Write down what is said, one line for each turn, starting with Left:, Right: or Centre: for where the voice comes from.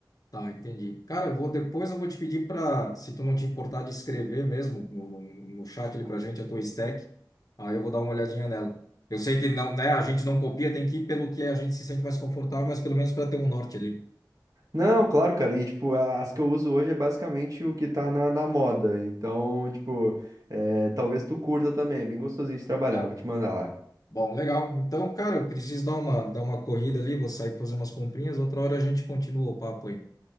Left: Tá, entendi. Cara, eu vou depois eu vou te pedir para, se tu não te importar de escrever mesmo no, no, no chat ali pra gente a tua stack, aí eu vou dar uma olhadinha nela. Eu sei que não, né, a gente não copia, tem que ir pelo que a gente se sente mais confortável, mas pelo menos para ter um norte ali.
Right: Não, claro, cara. E, tipo, a- as que eu uso hoje é basicamente o que tá na, na moda. Então, tipo, é, talvez tu curta também. É bem gostosinho de trabalhar.
Left: Tá.
Right: Vou te mandar lá.
Left: Bom, legal. Então, cara, eu preciso dar uma, dar uma corrida ali, vou sair pra fazer umas comprinhas, outra hora a gente continua o papo aí.